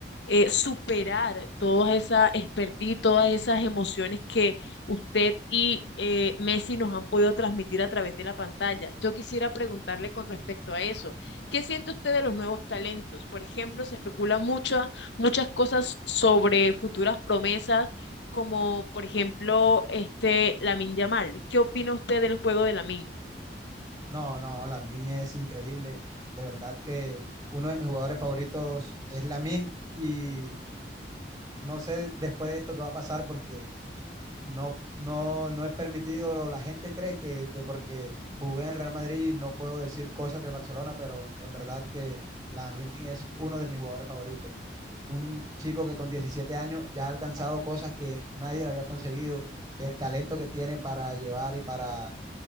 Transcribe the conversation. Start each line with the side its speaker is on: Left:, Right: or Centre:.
Left: eh, superar todas esas expertise, todas esas emociones que usted y eh, Messi nos han podido transmitir a través de la pantalla. Yo quisiera preguntarle con respecto a eso, ¿qué siente usted de los nuevos talentos? Por ejemplo, se especulan muchas, muchas cosas sobre futuras promesas como por ejemplo este Lamine Yamal. ¿Qué opina usted del juego de Lamine?
Right: No, no, Lamin es increíble. De verdad que uno de mis jugadores favoritos es Lamin y no sé después de esto qué va a pasar porque no, no, no es permitido. lo- La gente cree que, que porque jugué en el Real Madrid no puedo decir cosas de Barcelona, pero en verdad que Lamin es uno de mis jugadores favoritos. un chico que con 17 años ya ha alcanzado cosas que nadie le había conseguido, el talento que tiene para llevar y para